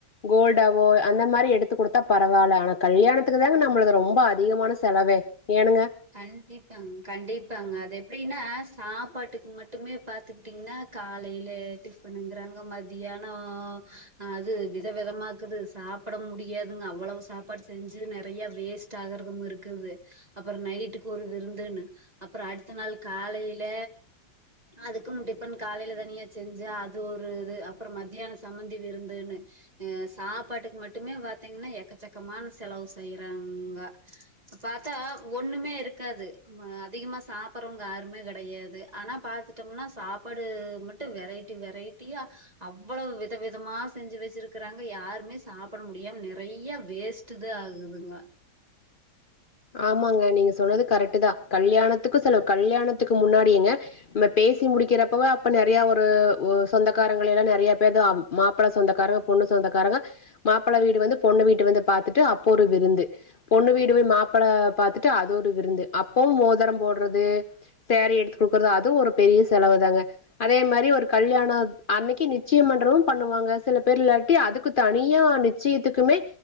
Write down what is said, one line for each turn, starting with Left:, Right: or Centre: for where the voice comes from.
Left: கோல்டாவோ அந்த மாரி எடுத்து கொடுத்தா பரவால்ல ஆனா கல்யாணத்துக்கு தாங்க நம்மளகு ரொம்ப அதிகமான செலவே ஏனுங்க
Right: கண்டிப் <unintelligible> கண்டிப்பாங்க அது எப்படின்னா சாப்பாட்டுக்கு மட்டுமே பாத்துக்கிட்டீங்கன்னா காலையில டிஃபனுங்கிறாங்க மதியானோ அது வித விதமாக்குது சாப்பிட முடியாதுங்க அவ்ளவு சாப்பாடு செஞ்சு நெறைய வேஸ்ட் ஆகுறதும் இருக்குது அப் அப்புறோ நைட்டுக்கு ஒரு விருந்துன்னு அப்புறோ அடுத்த நாள் காலைல அதுக்குனு டிபன்னு காலையில தனியா செஞ்சு அது ஒரு இது அப்புறோ மதியானோ சம்மந்தி விருந்துன்னு அஹ் சாப்பாட்டுக்கு மட்டுமே பாத்தீங்கன்னா எக்கச்சக்கமான செலவு செய்யறாங்க பாத்தா ஒண்ணுமே இருக்காது ம அதிகமா சாப்புறவங்க யாருமே கெடையாது ஆனா பாத்துட்டோம்னா சாப்பாடு மட்டும் வெரைட்டி வெரைட்டியா அவ்வுளவ் வித விதமா செஞ்சு வச்சிருக்கறாங்க யாருமே சாப்பிட முடியாம நெறைய வேஸ்டுதா ஆகுதுங்க
Left: ஆமாங்க நீங்க சொன்னது கரெக்ட்தா கல்யாணத்துக்கு செலவு கல்யாணத்துக்கு முன்னாடியுங்க நம்ம பேசி முடிக்கிறப்பவே அப்ப நெறையா ஒரு ஒ சொந்தக்காரங்கள எல்லா நெறைய பேரு மாப்பிள சொந்தக்காரங்க பொண்ணு சொந்தக்காரங்க மாப்பிள வீடு வந்து பொண்ணு வீட்ட வந்து பாத்துட்டு அப்போ ஒரு விருந்து பொண்ணு வீடு போய் மாப் பிள பாத்துட்டு அது ஒரு விருந்து அப்பவு மோதரொ போடுறது சேறி எடுத்து குடுக்குறது அதுவு ஒரு பெரிய செலவு தாங்க அதே மாரி ஒரு கல்யாணோ அன்னைக்கு நிச்சயோ பண்றவங்களு பண்ணுவாங்க சில பேர் இல்லாட்டி அதுக்கு தனியா நிச்சயத்துக்குமே